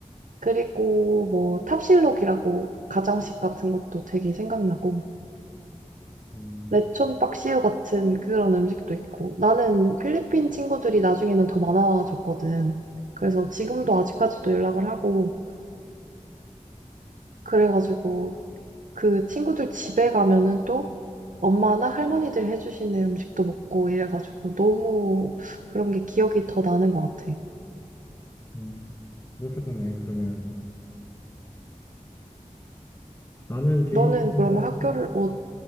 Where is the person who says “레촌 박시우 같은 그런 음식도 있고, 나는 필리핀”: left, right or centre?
Right